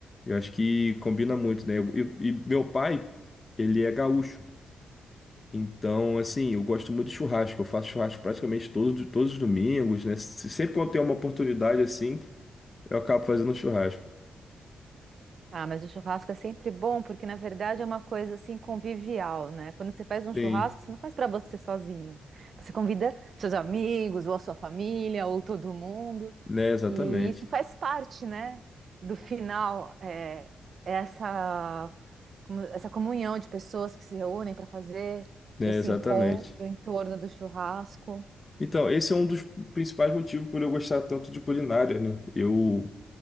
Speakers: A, on the left; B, on the right.
A: eu acho que combina muito, né? E, e meu pai, ele é gaúcho. Então, assim, eu gosto muito de churrasco. Eu faço churrasco praticamente todos, todos os domingos, né? Se- Sempre quando tem uma oportunidade assim, eu acabo fazendo um churrasco.
B: Ah, mas o churrasco é sempre bom, porque na verdade é uma coisa assim convivial, né? Quando você faz um churrasco,
A: Sim,
B: você não faz para você sozinho. Você convida seus amigos, ou a sua família, ou todo mundo.
A: né? Exatamente.
B: E isso faz parte, né? Do final, é, é essa, como- essa comunhão de pessoas que se reúnem para fazer
A: Né?
B: esse
A: Exatamente.
B: encontro em torno do churrasco.
A: Então, esse é um dos principais motivos por eu gostar tanto de culinária, né? Eu,